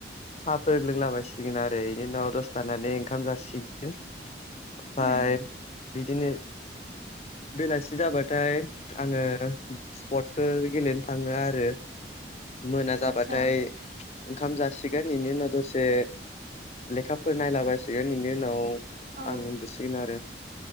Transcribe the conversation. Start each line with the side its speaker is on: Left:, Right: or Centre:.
Left: साहाफोर लोंलाबायसिगोन आरो इनि उनाव दसे थानानै ओंखाम जासिगोन ओमफ्राय
Right: होम
Left: बिदिनो बेलासि जाबाथाय आङो स्पर्टसफोर गेलेनो थाङो आरो ओ मोना जाबाथाय
Right: आदसा
Left: ओंखाम जासिगोन इनि उनाव दसे लेखाफोर नायलाबायसिगोन इनि उनाव
Right: औ
Left: आं उन्दुसिगोन आरो